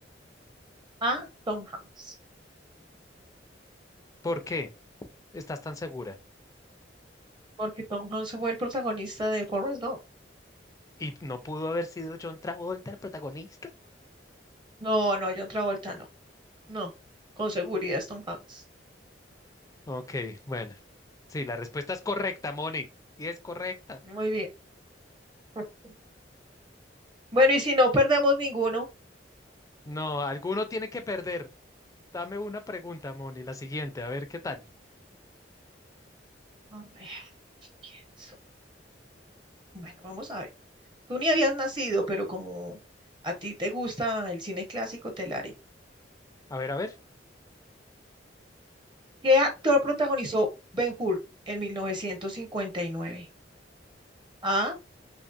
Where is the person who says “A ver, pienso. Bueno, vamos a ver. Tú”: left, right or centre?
Right